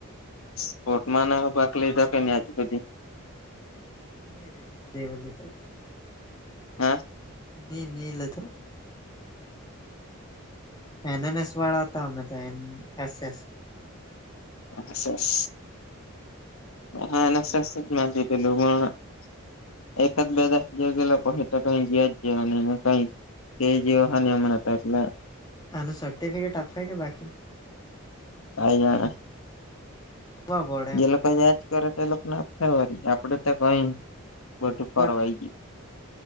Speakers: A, on the left; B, on the left.
A: સ્પોર્ટમા ને ભાગ લીધો કે નહી આજુ સુધી.
B: ની રહેે ની દેવલ તો.
A: હા.
B: ની નીલ હતો. એન એન એસ વાળા હતા અમે તો એમ એસ એસ.
A: એસ એસ હા એન
B: ની
A: એસ એસ જ. <unintelligible> એકાદ બે દસ જ ગેલા પછ તો કંઈ જયા જ જવા નહી ને કંઈ. કેજીઓ હા નયમણ આટલે.
B: આનું સર્ટિફિકેટ આપે કે બાકી.
A: કઈ જાણે.
B: <unintelligible>
A: જે લોકો યાદ કરે તો એ લોકોનેે વારી આપડે તો કઈ બધું
B: અમુક
A: ફરવાઈ ગયું.